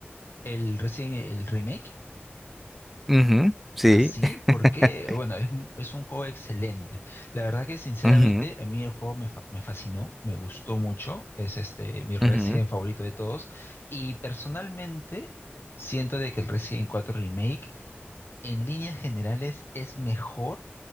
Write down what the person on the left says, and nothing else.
El recién el remake,
así,
por qué bueno, es, un- es un juego excelente. La verdad que sinceramente
a mí el juego me, fa- me fascinó, me gustó mucho, es este mi Resident
favorito de todos y personalmente siento de que el Resident cuatro Remake en líneas generales es mejor